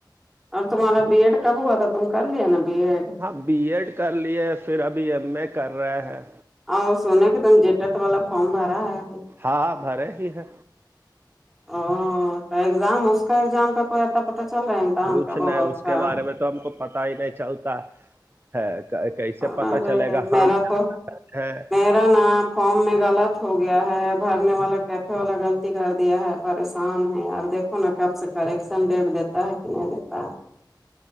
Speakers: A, in the centre; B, on the right.
A: اور تمہارا بی ایڈ کب ہوا تھا تم کر لیا نا بی ایڈ
B: ہاں بی ایڈ کر لیے پھر ابھی ایم اے کر رہے ہیں
A: اور سونے کہ تم جی ٹیٹ والا فارم بھرا ہے ابھی
B: ہاں بھرے ہی ہے
A: او ایگزام اس کا ایگزام کا کوئی اتا پتا چل رہا ہے امتان
B: کچھ
A: کاب
B: نہیں
A: ہوگا اس کا
B: کے بارے میں تو ہم کو پتا ہی نہیں چلتا ہے کیسے
A: ارے
B: پتاہ چلے گا
A: میرا
B: ہم
A: تو
B: ہیں
A: میرا نام فارم میں غلط ہو گیا ہے بھرنے والا کیفے والا غلطی کر دیا ہے پریشان ہے یار دیکھو نا کب سے کریکشن ریٹ دیتا ہے کہ نہیں دیتا ہے